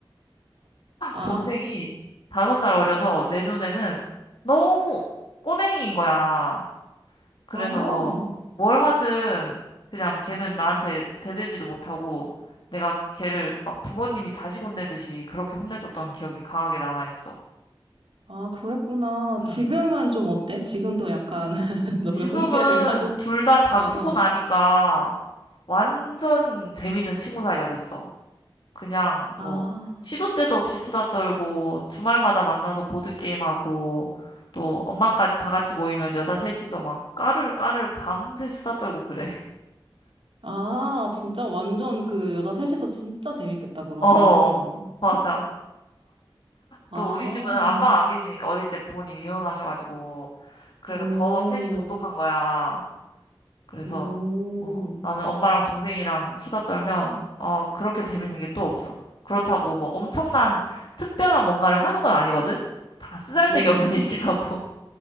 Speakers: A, on the right (about 75°); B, on the left (about 65°).
A: 아,
B: 동생이 다섯 살 어려서 내 눈에는 너무 꼬맹이인 거야. 그래서
A: 아,
B: 뭘 하든 그냥 걔는 나한테 대들지도 못하고 내가 걔를 막 부모님이 자식 혼내듯이 그렇게 혼냈었던 기억이 강하게 남아있어.
A: 아, 그랬구나.
B: 음.
A: 지금은 좀 어때? 지금도 약간, <laughs> 너가
B: 지금은
A: 훈계를 하고,
B: 둘 다 다
A: 어, 어.
B: 크고 나니까 완전 재밌는 친구 사이가 됐어. 그냥
A: 아,
B: 뭐 시도 때도 없이 수다 떨고 주말마다 만나서 보드게임하고 또 엄마까지 다 같이 모이면 여자 셋이서 막 까르르까르르 밤새 수다 떨고 그래. <laughs>
A: 아, 진짜 완전 그 여자 셋이서 진짜 재밌겠다, 그러면.
B: 어, 맞아.
A: 아,
B: 또 우리 집은 아빠가 안 계시니까 어릴 때 부모님 이혼하셔가지고 그래서
A: 오,
B: 더 셋이 돈독한 거야. 그래서
A: 오,
B: 어, 나는 엄마랑 동생이랑 수다 떨면 어, 그렇게 재밌는 게 또 없어. 그렇다고 뭐 엄청난 특별한 뭔가를 하는 건 아니거든? 다 쓰잘데기
A: 응,
B: 없는
A: 응.
B: <laughs> 얘기하고